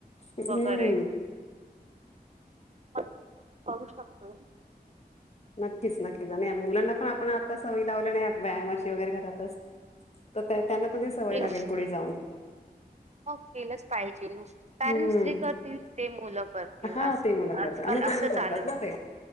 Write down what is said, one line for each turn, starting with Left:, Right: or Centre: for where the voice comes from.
Left: हम्म
Right: वगैरे <unintelligible>
Left: नक्कीच नक्कीच आणि मुलांना पण आपण आता सवयी लावल्या नाही. व्यायामाची वगैरे घरातच तर त्यांना पण त सवय
Right: तेच
Left: लागेल पुढे जाऊन
Right: केलंच पाहिजे
Left: हम्म
Right: पॅरेंट्स जे करतील ते मुलं करतील
Left: हा
Right: असं.
Left: ते मुलं करतात
Right: आजकाल
Left: अनुकरण
Right: असं
Left: करतात
Right: चालू.
Left: ना ते